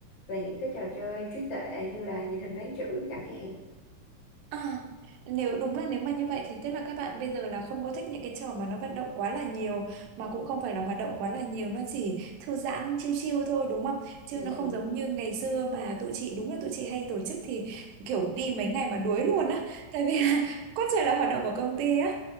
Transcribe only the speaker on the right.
À, nếu đúng là nếu mà như vậy thì tức là các bạn bây giờ là không có thích những cái trò mà nó vận động quá là nhiều mà cũng không phải là hoạt động quá là nhiều nó chỉ thư giãn chill chill thôi đúng không?
Chứ nó
không
giống
như ngày xưa mà tụi chị đúng là tụi chị hay tổ chức thì kiểu đi mấy ngày mà đuối luôn á tại vì
là <laughs> quá trời là hoạt động của công ty á.